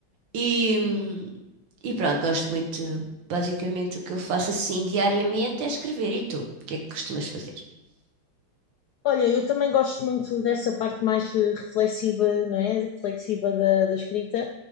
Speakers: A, on the right; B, on the left.
A: E, e pronto, gosto muito. Basicamente, o que eu faço assim diariamente é escrever. E tu? O que é que costumas fazer?
B: Olha, eu também gosto muito dessa parte mais eh, reflexiva, não é? Reflexiva da, da escrita,